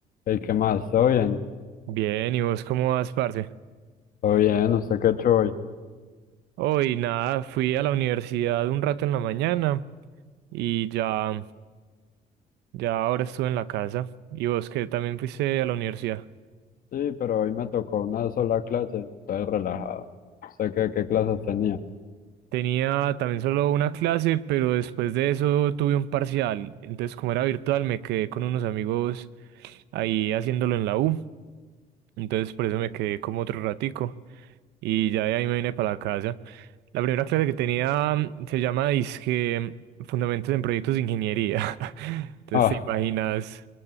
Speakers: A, on the left; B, on the right.
A: ¿Y qué más? ¿Todo bien?
B: Bien, ¿y vos cómo vas, parce?
A: ¿Todo bien? ¿Usted qué ha hecho hoy?
B: Hoy nada, fui a la universidad un rato en la mañana y ya, ya ahora estuve en la casa. ¿Y vos que también fuiste a la universidad?
A: Sí, pero hoy me tocó una sola clase. Estoy relajado. ¿Usted qué, qué clases tenía?
B: Tenía también solo una clase, pero después de eso tuve un parcial. Entonces, como era virtual, me quedé con unos amigos ahí haciéndolo en la U. Entonces, por eso me quedé como otro ratico. Y ya de ahí me vine para la casa. La primera clase que tenía mm, se llama Disque mm, Fundamentos en Proyectos de Ingeniería. <laughs> Entonces
A: Ah,
B: te imaginas